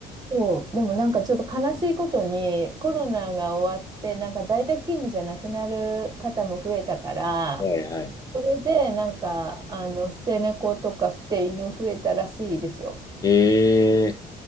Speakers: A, on the right (about 25°); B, on the left (about 20°).
A: そう、でもなんかちょっと悲しいことにコロナが終わってなんか在宅勤務じゃなくなる方も増えたから
B: はいはい。
A: それでなんかあの捨て猫とか捨て犬増えたらしいですよ。
B: ええ